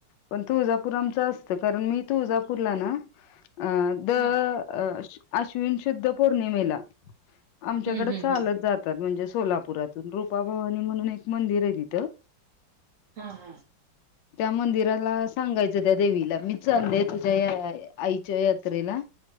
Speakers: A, on the left (about 75°); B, on the right (about 65°).
A: पण तुळजापूर आमचं असतं कारण मी तुळजापूरला ना अं... दर
B: हम्म
A: आश्विन शुद्ध पौर्णिमेला आमच्याकडे
B: हम्म हम्म
A: चालत
B: हम्म
A: जात तात म्हणजे सोलापुरातून रूपाभवानी म्हणून एक मंदिर हे तिथं
B: हा हा
A: त्या मंदिराला सांगायचं त्या देवीला मी चाललेय तुझ्या या आईच्या यात्रेला